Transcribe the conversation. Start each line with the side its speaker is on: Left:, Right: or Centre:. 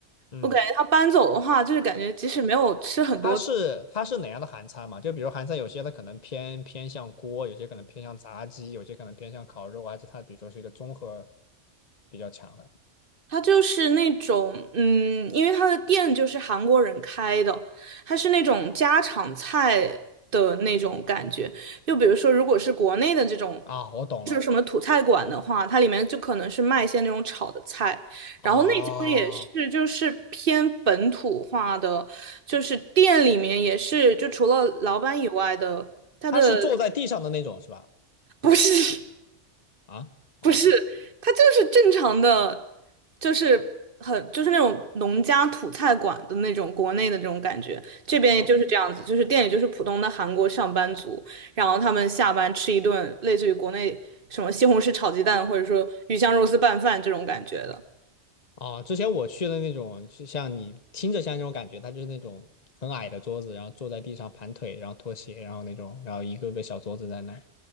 Left: 嗯，
Right: 我感觉他搬走的话，就是感觉即使没有吃很多次。
Left: 它是它是哪样的韩餐嘛？就比如韩餐有些它可能偏偏向锅，有些可能偏向炸鸡，有些可能偏向烤肉啊，就它比如说是一个综合比较强的
Right: 它就是那种，嗯，因为它的店就是韩国人开的，它是那种家常菜的那种感觉。就比如说，如果是国内的这种，
Left: 啊，我懂了
Right: 就是什么土菜馆的话，它里面就可能是卖一些那种炒的菜，然后那家也是就是偏本土化的，
Left: 啊，
Right: 就是店里面也是，就除了老板以外的，他的
Left: 它是坐在地上的那种是吧？
Right: <laughs> 不是。
Left: 啊。哦。
Right: 是，它就是正常的，就是很就是那种农家土菜馆的那种国内的这种感觉，这边也就是这样子，
Left: 哦，
Right: 就是店里就是普通的韩国上班族，然后他们下班吃一顿类似于国内什么西红柿炒鸡蛋或者说鱼香肉丝拌饭这种感觉的。
Left: 哦，之前我去的那种，就像你听着像那种感觉，它就是那种很矮的桌子，然后坐在地上盘腿，然后脱鞋，然后那种，然后一个个小桌子在那，